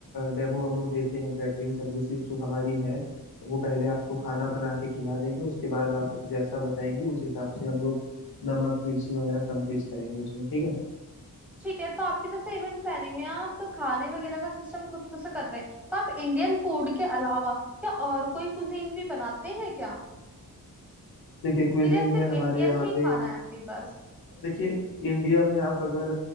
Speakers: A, on the left; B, in the centre.
A: डेमो हम लोग देते हैं कैटरिंग सर्विसेज जो हमारी है वो पहले आपको खाना बना के खिला देंगे उसके बाद आप जैसा बताएंगी उस हिसाब से हम लोग नमक मिर्ची वगैरह कम तेज करेंगे उसमें ठीक है
B: ठीक है तो आपकी जैसे इवेंट प्लानिंग में आप खाने वगैरह का सिस्टम खुद खुद से कर रहे हैं तो आप इंडियन फूड के अलावा क्या और कोई कुजीन भी बनाते हैं क्या
A: देखिए क्विजिन
B: ठीक है सिर्फ
A: में
B: इंडियन
A: हमारे यहाँ
B: ही खाना
A: पे
B: है आपके पास
A: देखिए इंडिया में आप अगर